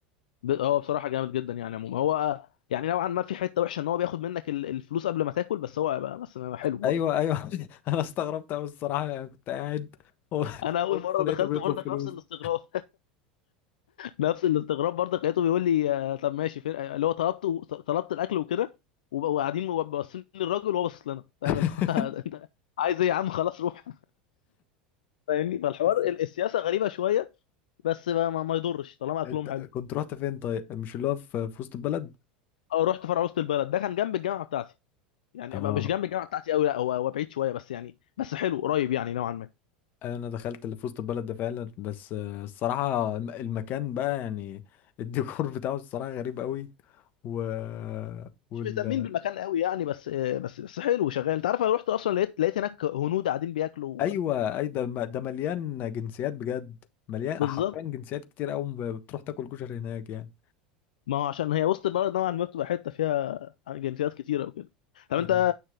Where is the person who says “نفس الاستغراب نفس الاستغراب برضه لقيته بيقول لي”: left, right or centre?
Left